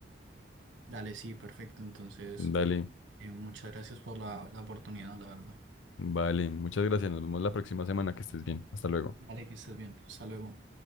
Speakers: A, on the right; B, on the left.
A: dale, sí, perfecto. Entonces,
B: Dale,
A: eh, muchas gracias por la, la oportunidad, la verdad.
B: vale, muchas gracias. Nos vemos la próxima semana, que estés bien. Hasta luego.
A: Vale, que estés bien. Hasta luego.